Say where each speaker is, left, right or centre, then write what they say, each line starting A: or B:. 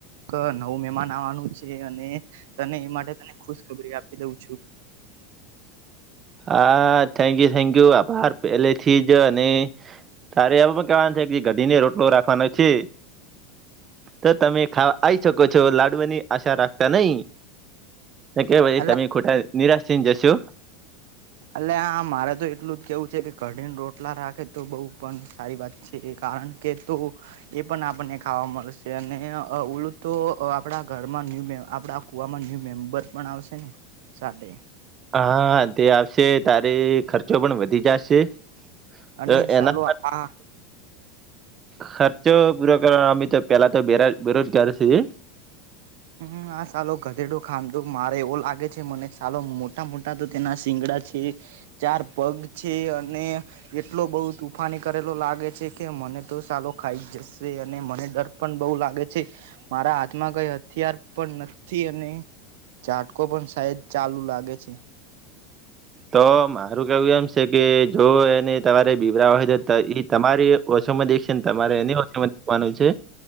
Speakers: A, on the right; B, on the right.
A: ક નવું મહેમાન આવાનું છે અને તને એ માટે તને ખુશ ખબરી આપી દઉં છું
B: હા થેન્ક યુ થેન્ક યુ આભાર પેલે થી જ અને તારે એવ પણ કેવાનું છે કે જે ગડી ને રોટલો રાખવાનો છે તો તમે ખા આઈ શકો છો લાડવાની આશા રાખતા નહી. કે પાઈ
A: અલા
B: તમે ખોટા નિરાશ થઈને જશો.
A: અલ્યા હા મારે તો એટલું જ કેવું છે કે કડીને રોટલા રાખે તો બઉ પણ સારી વાત કારણ કે તું એ પણ આપને ખાવા મળશે અને ઓલું તો આપડા ઘરમાં ન્યૂ આપડા કુવામાં ન્યુ મેમ્બર પણ આવશે ને સાથે
B: હા તે આવશે તારે ખર્ચો પણ વધી જાશે.
A: અને
B: તો એના
A: ચાલો આ
B: ખર્ચો પૂરો કરવા અમે તો પેલા તો બે બેરોજગાર છીએ.
A: હમ્મ આ ચાલો ગધેડું ખાધું મારે એવો લાગે છે મને ચાલો મોટા મોટા તો તેના શીંગડા છે. ચાર પગ છે અને એટલો બઉ તોફાની કરેલો લાગે છે કે મને તો સાલો ખાઈ જ જશે અને મને ડર પણ બઉ લાગે છે મારા હાથમાં કઈ હતી હથિયાર પણ નથી અને ઝાટકો પણ સાયદ ચાલુ લાગે છે
B: તો મારું કેવું એમ છે કે જો એને તમારે પીવરા હોય તો એ તમારી ઓછોમાં દેખશે ને તમારે એ ઓછોમાં દેખવાનું છે